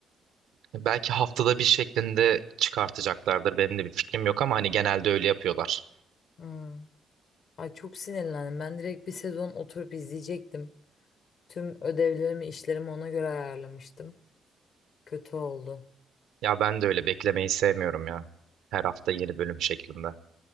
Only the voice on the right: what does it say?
Belki haftada bir şeklinde çıkartacaklardır. Benim de bir fikrim yok ama hani genelde öyle yapıyorlar.
Ya ben de öyle beklemeyi sevmiyorum ya. Her hafta yeni bölüm şeklinde.